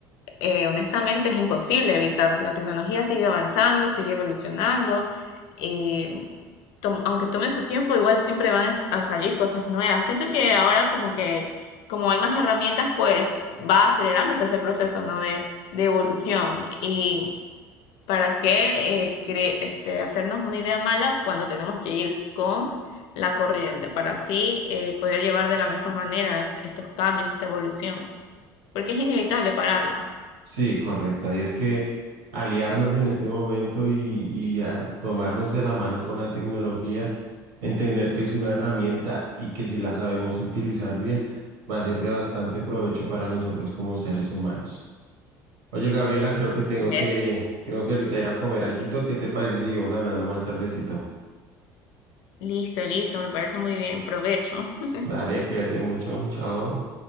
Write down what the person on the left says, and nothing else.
eh, honestamente es imposible evitarlo. La tecnología sigue avanzando, sigue evolucionando. Y tom- aunque tome su tiempo, igual siempre van a s- a salir cosas nuevas. Siento que ahora como que, como hay más herramientas, pues va acelerándose ese proceso, ¿no? De, de evolución. Y para qué eh, cre- este, hacernos una idea mala cuando tenemos que ir con la corriente, para así eh, poder llevar de la mejor manera est- estos cambios, esta evolución, porque es inevitable pararla.
Así
es.
Listo, listo, me parece muy bien. Provecho. <laughs>